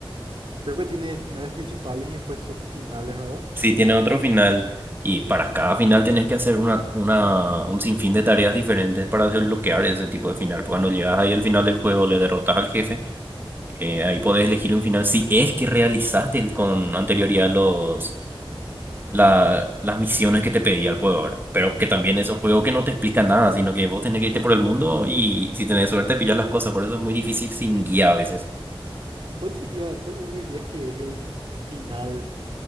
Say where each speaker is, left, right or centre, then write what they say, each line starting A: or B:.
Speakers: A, on the right; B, on the right.
A: Creo que tiene finales principales y después subfinales, ¿verdad?
B: Sí, tiene otro final, y para cada final tenés que hacer una, una, un sinfín de tareas diferentes para desbloquear ese tipo de final. Porque cuando llegas ahí al final del juego, le derrotas al jefe. Eh, ahí podés elegir un final si es que realizaste el- con anterioridad los, la- las misiones que te pedía el juego ahora. Pero que también
A: ¿Y,
B: es un juego que no te explica nada, sino que vos tenés que irte por el mundo y, si tenés suerte pillar las cosas. Por eso es muy difícil sin guía a veces.
A: y cuál sería, cuál vos dirías que es el final